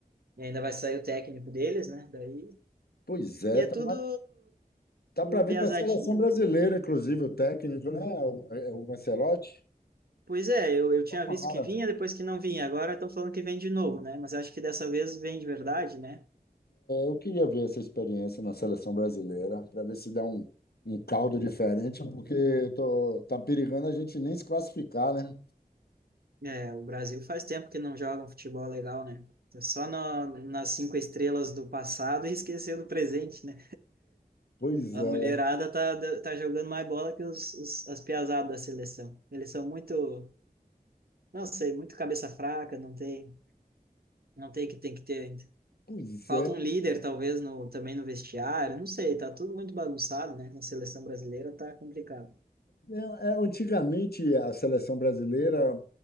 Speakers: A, on the right (about 75°); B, on the left (about 85°).
A: E ainda vai sair o técnico deles, né? Daí...
B: Pois é,
A: E
B: tá,
A: é tudo
B: tá
A: uma
B: para vir
A: piazadinha,
B: para a seleção brasileira,
A: né?
B: inclusive, o técnico, né? O, é o Ancelotti.
A: Pois é, eu, eu tinha
B: Tomara.
A: visto que vinha, depois que não vinha. Agora estão falando que vem de novo, né? Mas acho que dessa vez vem de verdade, né?
B: Eu queria ver essa experiência na seleção brasileira, para ver se dá um, um caldo diferente, porque eu tô, tá perigando a gente nem se classificar, né?
A: É, o Brasil faz tempo que não joga um futebol legal, né? Tá Só na- nas cinco estrelas do passado e <laughs> esqueceu do presente, né?
B: Pois
A: A
B: é,
A: mulherada tá, tá jogando mais bola que os, os- as piazadas da seleção. Eles são muito, não sei, muito cabeça fraca, não tem, não tem o que tem que ter ainda.
B: pois
A: Falta
B: é.
A: um líder, talvez, no, também no vestiário, não sei, tá tudo muito bagunçado, né? Na seleção brasileira tá complicado.
B: É, é, antigamente, a seleção brasileira,